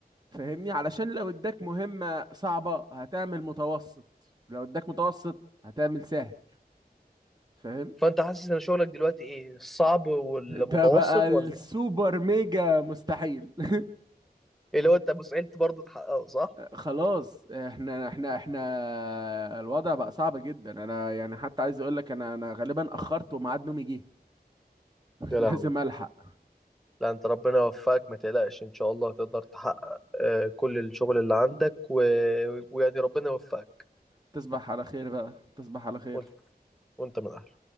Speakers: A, on the right; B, in the centre.
A: فاهمني علشان لو اداك مهمه صعبه هتعمل متوسط لو اداك متوسط هتعمل سهل فاهم
B: فأنت حاسس إن شغلك دلوقتي إيه الصعب والمتوسط
A: ده بقى السوبر
B: ولا
A: ميجا مستحيل <laughs>
B: اللي هو أنت مستحيل برضه تحققه صح؟
A: خلاص احنا احنا احنا الوضع بقى صعب جدا انا يعني حتى عايز اقول لك انا انا غالبا اخرت وميعاد نومي جه <laughs>
B: يا
A: لازم
B: لهوي
A: الحق
B: لا انت ربنا يوفقك ما تقلقش ان شاء الله هتقدر تحقق آه، كل الشغل اللي عندك و... ويعني ربنا يوفقك
A: تصبح على خير بقى تصبح على خير
B: وانت وانت من اهله